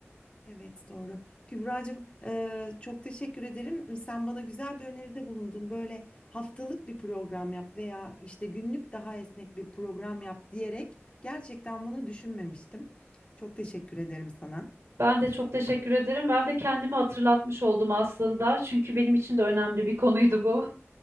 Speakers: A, on the left; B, on the right.
A: Evet doğru. Kübra'cığım e, çok teşekkür ederim. Sen bana güzel bir öneride bulundun. Böyle haftalık bir program yap veya işte günlük daha esnek bir program yap diyerek gerçekten bunu düşünmemiştim. Çok teşekkür ederim sana.
B: Ben de çok teşekkür ederim. Ben de kendimi hatırlatmış oldum aslında. Çünkü benim için de önemli bir konuydu bu.